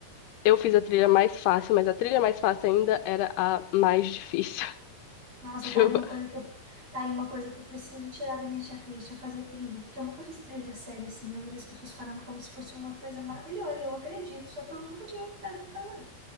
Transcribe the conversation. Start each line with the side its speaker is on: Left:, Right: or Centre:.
Left: Eu fiz a trilha mais fácil, mas a trilha mais fácil ainda era a mais difícil. <laughs>
Right: Nossa,
Left: Tipo,
Right: tá aí uma coisa que eu, tá aí uma coisa que eu preciso tirar da minha checklist, é fazer trilha. Porque eu nunca fiz trilha séria assim. Eu vejo as pessoas falando como se fosse uma coisa maravilhosa, e eu acredito, só que eu nunca tive a oportunidade de fazer.